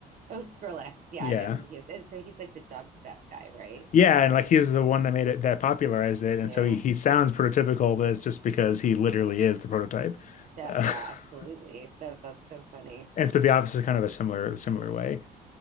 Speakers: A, on the right; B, on the left.
A: Oh, Skrillex. Yeah,
B: Yeah.
A: I know who he is. And so he's like the dubstep guy, right?
B: Yeah, and like he's the one that made it that popularized it, and
A: Yeah.
B: so he, he sounds prototypical, but it's just because he literally is the prototype.
A: That,
B: Uh,
A: yeah,
B: <laughs>
A: absolutely. That, that's so funny.
B: and so The Office is kind of a similar similar way.